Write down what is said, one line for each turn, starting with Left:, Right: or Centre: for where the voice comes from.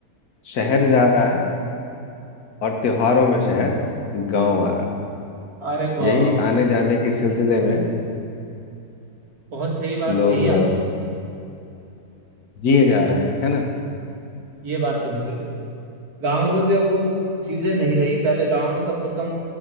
Left: शहर जा रहा है और त्योहारों में शहर गांव आ रहा है
Right: अरे वाह
Left: यही
Right: वाह वाह,
Left: आने जाने के सिलसिले में
Right: बहुत सही बात
Left: लोग
Right: कही है
Left: अ,
Right: आपने
Left: जिए जा रहे हैं है ना
Right: ये बात तो है बिल्कुल गांव में भी अब वो चीजें नहीं रही पहले गांव में कम से कम